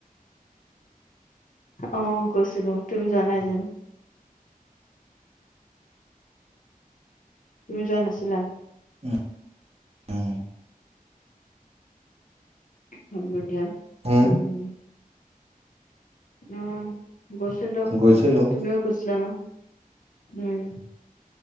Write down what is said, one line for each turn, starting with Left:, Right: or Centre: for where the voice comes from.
Left: অ গৈছিলোঁ। তুমি যোৱা যেন? তুমি যোৱা নাছিলা।
Right: উম্ উম্।
Left: হ'ব দিয়া।
Right: হোঁ।
Left: উম উম্ গৈছিলোঁ,
Right: গৈছিলো।
Left: তুমিওঁ গৈছিলা ন। উম্।